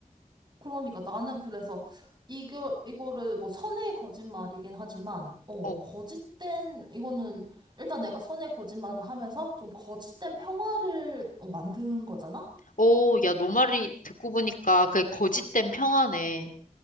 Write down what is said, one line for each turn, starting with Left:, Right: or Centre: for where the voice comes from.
Right: 그러니까 나는 그래서 이거 이거를 뭐 선의의 거짓말이긴 하지만 어,
Left: 어.
Right: 거짓된 이거는 일단 내가 선의의 거짓말을 하면서 좀 거짓된 평화를 어, 만든 거잖아.
Left: 오, 야, 너 말이 듣고 보니까 그게 거짓된 평화네.